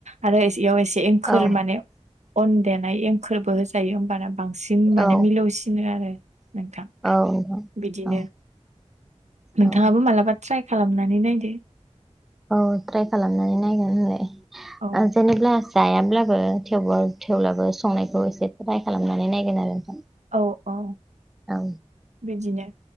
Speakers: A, on the right; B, in the centre.
A: आरो इयाव एसे फोर
B: औ
A: माने अन देनाय एंखोरबो हो जायो होमबाना बांसिन माने
B: औ
A: मिलौसिनो आरो नोंथां।
B: औ नोंथां
A: बिदिनो
B: औ
A: नोंथाङाबो
B: औ
A: मालाबा ट्राइ खालामनानै नायदो।
B: औ ट्राइ खालामनानै नायगोन होनलाय
A: औ
B: जेनेब्ला जायाब्लाबो थेवब्लाबो संनायखौ एसे ट्राइ खालामनानै नायगोन आरो नोंथां
A: औ औ
B: औ
A: बिदिनो